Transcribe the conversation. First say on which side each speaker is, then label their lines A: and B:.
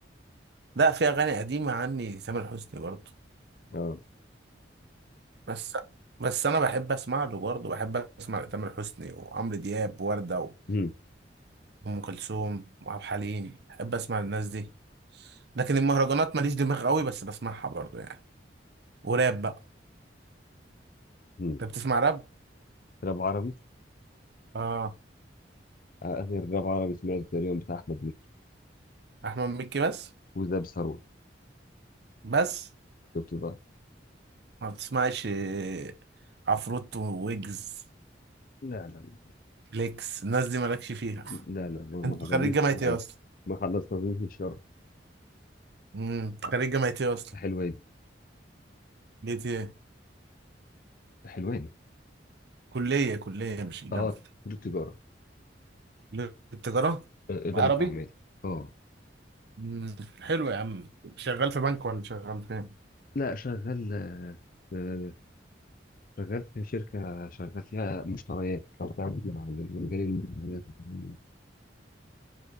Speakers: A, on the right; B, on the left.
A: لا في اغاني قديمه عني تامر حسني برضه
B: اه
A: بس بس انا بحب اسمع له برضه بحب اسمع تامر حسني وعمرو دياب ووردة
B: امم
A: وام كلثوم وعبد الحليم بحب اسمع الناس دي لكن المهرجانات ماليش دماغ قوي بس بسمعها برضه يعني وراب بقى
B: مم.
A: انت بتسمع راب
B: راب عربي
A: اه
B: آخر راب عربي سمعته تقريبا بتاع أحمد مكي
A: احمد مكي بس
B: وزاب ثروت
A: بس
B: شفت بقى
A: ما بتسمعش آه، عفروتو ويجز
B: لا لا
A: فليكس الناس دي مالكش فيها
B: لا لا ما ما
A: انت
B: حصليش
A: خريج جامعة
B: ما حل...
A: ايه اصلا
B: ما خلصتنيش الشهر
A: امم أنت خريج جامعة ايه اصلا
B: حلوان
A: ليه ايه
B: حلوان
A: كلية كلية مش الجامعة
B: اه كل التجارة
A: كلية التجارة
B: آه، إدارة
A: عربي
B: الأعمال اه
A: مم. حلو يا عم شغال في بنك ولا شغال فين؟
B: لا شغال آه، آه، شغال في شركة شغال فيها مشتريات أو تعمل مع مجال المشتريات والكلام من